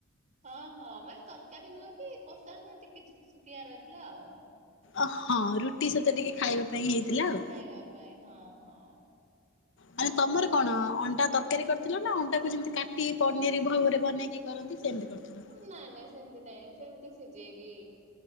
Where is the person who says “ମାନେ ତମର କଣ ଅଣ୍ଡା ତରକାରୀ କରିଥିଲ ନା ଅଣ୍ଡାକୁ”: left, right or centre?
Left